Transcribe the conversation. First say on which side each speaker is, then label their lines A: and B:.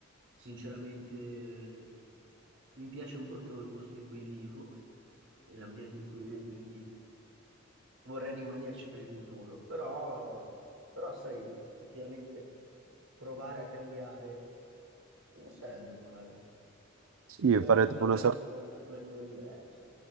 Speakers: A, on the right (about 65°); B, on the right (about 85°).
A: Sinceramente mi piace molto il posto in cui vivo e l'ambiente in cui vivo, quindi vorrei rimanerci per il futuro, però, però sai, effettivamente provare a cambiare non sarebbe male.
B: Sì,
A: Magari
B: fare
A: imparare
B: tipo una sorta
A: anche con altre- una lingua diversa,